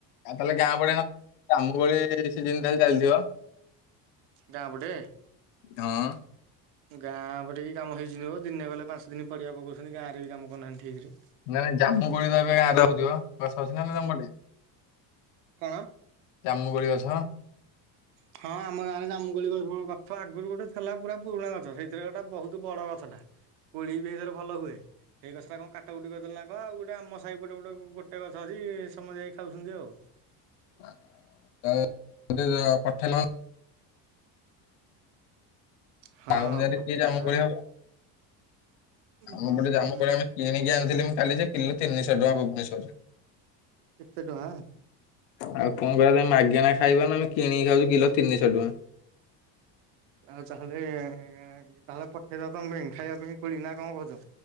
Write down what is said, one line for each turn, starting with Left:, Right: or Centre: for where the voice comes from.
Left: ଆଉ ତାହେଲେ ଗାଁ ଭଳିଆ ଆମ ଭଳି ସେ ସିଯିନ ହେଲେ ଚାଲିଥିବ।
Right: ଗାଁ ପଟେ?
Left: ହଁ
Right: ଗାଁ ପଟେ କି କାମ ହେଇଛି ନହିବ ଦିନେ ଗଲେ ପାଞ୍ଚ ଦିନ ପଡିଆ ପକଉଛନ୍ତି ଗାଁରେ ବି କାମ କରନାହାନ୍ତି ଠିକରେ।
Left: ନା ନା ଜାମୁକୋଳି ତ ଏବେ ଗାଁରେ ହଉଥିବ ଗଛ ଅଛି ନା ନାଇଁ ତମ ପଟେ?
Right: କଣ?
Left: ଜାମୁ କୋଳି ଗଛ?
Right: ତ <inaudible> ହଁ ଆମ ଗାଁରେ ଜାମୁ କୋଳି ଗଛ ଆଗରୁ ଗୋଟେ ଥିଲା। ପୁରା ପୁରୁଣା ଗଛ। ସେଇଥିରେ ଗୋଟା ବହୁତ ବଡ ଗଛଟା କୋଳି ବି ହେଇଥିରେ ଭଲ ହୁଏ। ହେଇ ଗଛଟା କଣ କାଟ କୁଟି କରିଦେଲେ ନା କଣ ଆଉ ଗୋଟେ ଆମ ସାହିପଟେ ଗୋଟେ ଗୋଟେ ଗଛ ଅଛି ସମସ୍ତେ ଯାଇ ଖାଉଛନ୍ତି ଆଉ।
Left: <unintelligible> ପଠେଲନି
Right: ହଁ
Left: ପାଉନି ଯଦି
Right: ପଠା
Left: କି ଜାମୁ
Right: ନା
Left: କୋଳି ହବା। ଆମ
Right: ହଁ
Left: ପଟେ ଜାମୁ
Right: ଜାମୁକୋଳି
Left: କୋଳି ଆମେ କିଣିକି ଆଣିଥିଲି ମୁଁ କାଲି ଯେ କିଲୋ ତିନିଶହ ଟଙ୍କା ଭୁବନେଶ୍ୱର ରେ।
Right: ଏତେ ଟଙ୍କା
Left: ଆଉ କଣ କହିବ ତମେ ମାଗେଣା ଖାଇବ ନା ଆମେ କିଣିକି ଖାଉଛୁ କିଲୋ ତିନିଶହ ଟଙ୍କା।
Right: ଆଉ ତାହେଲେ ତାହେଲେ ପଠେଇଦଅ ତମେ ପାଇ ଖାଇବା ପାଇଁ କୋଳି ନା କଣ କହୁଛ?